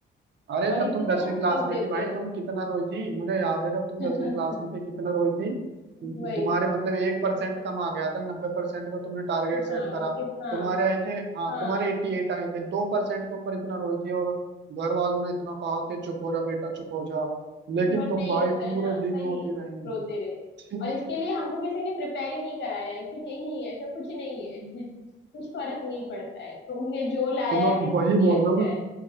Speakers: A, on the right; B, on the left.
A: अरे
B: और
A: जब
B: इतने
A: तुम दसवीं
B: होमवर्क
A: क्लास में
B: देते
A: थी भाई
B: हैं
A: तुम कितना रोई थी मुझे याद है जब तुम
B: <laughs>
A: दसवीं क्लास में
B: वो।
A: थी कितना रोई थी
B: वही
A: तुम्हारे
B: तो
A: मतलब एक परसेंट कम आ गया था नब्बे परसेंट का तुमने टारगेट सेट
B: हाँ
A: करा
B: कितना
A: तुम्हारे आए थे हाँ
B: हाँ
A: तुम्हारे एट्टी एट आए थे दो परसेंट के ऊपर इतना रोई थी और घर वालों ने इतना कहा कि चुप हो जा बेटा चुप हो जा लेकिन
B: पर
A: तुम
B: नहीं
A: भाई
B: होता
A: पूरे
B: है ना
A: दिन
B: वही
A: रोती रही
B: रोते रहे
A: <laughs>
B: और इसके लिए हमको किसी ने प्रिपेयर ही नहीं कराया है कि नहीं ऐसा कुछ नहीं है <laughs> कुछ फर्क नहीं पड़ता है तुमने जो लाया
A: तो मैं
B: है वो
A: वही
B: भी
A: बोल
B: अच्छा
A: रहा हूँ ना
B: है